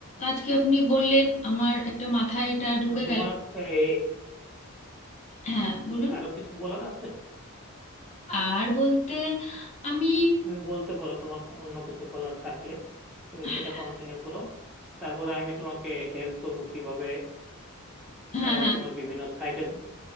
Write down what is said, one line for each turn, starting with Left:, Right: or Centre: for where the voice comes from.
Left: আজকে আপনি বললেন আমার একটা মাথায় এটা ঢুকে
Centre: হ্যাঁ, তোমার
Left: গেল
Centre: এই
Left: হ্যাঁ বলুন
Centre: আরো কিছু বলার আছে
Left: আর বলতে আমি
Centre: তুমি বলতে পারো তোমার অন্য কিছু বলার থাকলে তুমি
Left: হ্যাঁ
Centre: সেটা কন্টিনিউ করো তারপরে আমি তোমাকে হেল্প করব কিভাবে
Left: হ্যাঁ
Centre: আহ,
Left: হ্যাঁ।
Centre: তোমার বিভিন্ন সাইটের